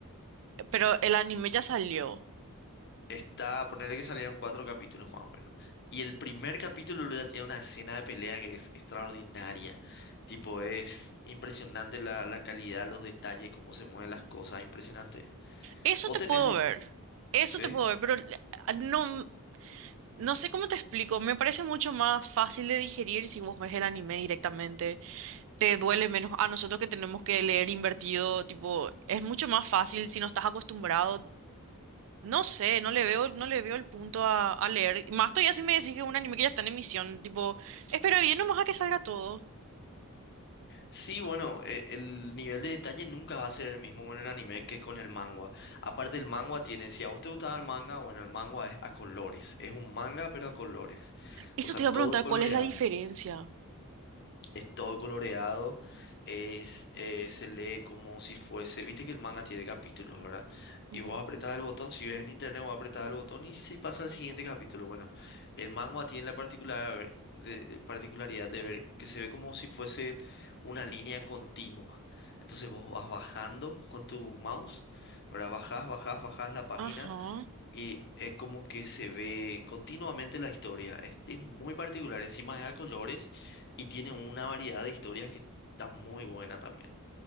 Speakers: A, on the right; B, on the left.
A: pero el anime ya salió.
B: Está, ponerle que salieron cuatro capítulos más o menos. Y el primer capítulo luego ya tiene una escena de pelea que es extraordinaria. Tipo, es impresionante la, la calidad, los detalles, cómo se mueven las cosas, impresionante.
A: Eso
B: Vos
A: te
B: tenés
A: puedo
B: un...
A: ver. Eso
B: ¿Sí?
A: te puedo ver, pero le- a- no, no sé cómo te explico. Me parece mucho más fácil de digerir si vos ves el anime directamente. Te duele menos. A nosotros que tenemos que leer invertido, tipo, es mucho más fácil si no estás acostumbrado. No sé, no le veo, no le veo el punto a, a leer. Más todavía si me decís que es un anime que ya está en emisión, tipo, espera bien nomás a que salga todo.
B: Sí, bueno, e- el nivel de detalle nunca va a ser el mismo con el anime que con el manga. Aparte el manga tiene, si a vos te gustaba el manga, bueno, el manga es a colores. Es un manga pero a colores.
A: Eso
B: O sea,
A: te
B: todo
A: iba a preguntar,
B: coloreado.
A: ¿cuál es la diferencia?
B: Es todo coloreado, es, eh, se lee como si fuese, viste que el manga tiene capítulos, ¿verdad?
A: Ujú.
B: Y vos apretás el botón, si ves en internet vos apretás el botón y si pasa al siguiente capítulo, bueno, el manga tiene la particular, de- particularidad de ver que se ve como si fuese una línea continua. Entonces vos vas bajando con tu mouse, ¿verdad? Bajás, bajás, bajás la página
A: Ajá.
B: y es como que se ve continuamente la historia. Es, es muy particular. Encima es a colores y tiene una variedad de historias que está muy buena también.